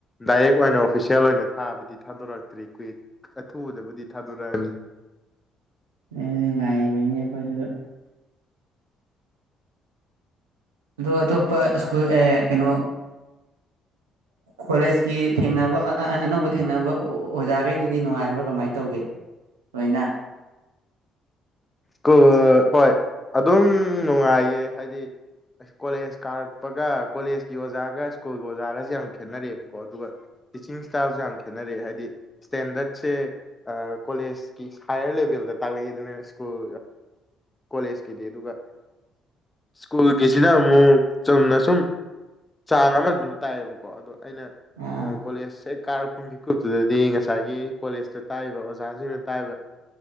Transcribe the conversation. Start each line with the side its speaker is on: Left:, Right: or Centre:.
Left: ꯗꯥꯏꯔꯦꯛ ꯑꯣꯏꯅ ꯑꯣꯐꯤꯁꯦꯜ ꯑꯣꯏꯅ ꯊꯥꯕꯗꯤ ꯊꯥꯗꯣꯔꯛꯇ꯭ꯔꯤ ꯀꯨꯋ ꯑꯊꯨꯕꯗꯕꯨꯗꯤ ꯊꯥꯗꯣꯔꯛꯑꯅꯤ
Right: ꯑ ꯉꯥꯏꯕꯅꯤꯅꯦꯈꯣꯏꯁꯨꯗ ꯑꯣ ꯑꯇꯣꯞꯄ ꯁ꯭ꯀꯨꯜ ꯀꯩꯅꯣ ꯀꯣꯂꯦꯖꯀꯤ ꯊꯦꯡꯅꯕ ꯑꯅꯧꯕ ꯊꯦꯡꯅꯕ ꯑꯣꯖꯥꯈꯩꯗꯨꯗꯤ ꯅꯨꯡꯉꯥꯏꯕ꯭ꯔꯥ ꯀꯃꯥꯏꯅ ꯇꯧꯒꯦ ꯂꯣꯏꯅ
Left: ꯑ ꯍꯣꯏ ꯑ ꯗꯨꯝ ꯅꯨꯡꯉꯥꯏꯌꯦ ꯍꯥꯏꯗꯤ ꯀꯣꯂꯦꯁ ꯀꯥꯔꯛꯄꯒ ꯀꯣꯂꯦꯁꯀꯤ ꯑꯣꯖꯥꯒ ꯁ꯭ꯀꯨꯜꯒꯤ ꯑꯣꯖꯥꯒꯖꯦ ꯌꯥꯝ ꯈꯦꯠꯅꯔꯦꯕꯀꯣ ꯑꯗꯨꯒ ꯇꯤꯆꯤꯡ ꯏꯁꯇꯥꯏꯜꯖꯨ ꯌꯥꯝ ꯈꯦꯠꯅꯔꯦ ꯍꯥꯏꯗꯤ ꯏꯁꯇꯦꯟꯗꯠꯁꯦ ꯑ ꯀꯣꯂꯦꯖꯀꯤ ꯍꯥꯌꯌꯔ ꯂꯦꯚꯦꯜꯗ ꯇꯥꯛꯂꯛꯏ ꯑꯗꯨꯅ ꯁ꯭ꯀꯨꯜ ꯀꯣꯂꯦꯖꯀꯤꯗꯤ ꯑꯗꯨꯒ ꯁ꯭ꯀꯨꯜꯒꯤꯁꯤꯅ ꯑꯃꯨꯛ ꯆꯨꯝꯅ ꯁꯨꯝ ꯆꯥꯡ ꯑꯃꯗ ꯑꯗꯨꯝ ꯇꯥꯏꯌꯦꯕꯀꯣ ꯑꯗꯣ ꯑꯩꯅ
Right: ꯑ
Left: ꯀꯣꯂꯦꯖ ꯍꯦꯛ ꯀꯥꯔꯛꯄ ꯃꯤꯀꯨꯞꯇꯨꯗꯗꯤ ꯉꯁꯥꯏꯒꯤ ꯀꯣꯂꯦꯖꯇ ꯇꯥꯛꯕ ꯑꯣꯖꯥꯁꯤꯡꯅ ꯇꯥꯛꯏꯕ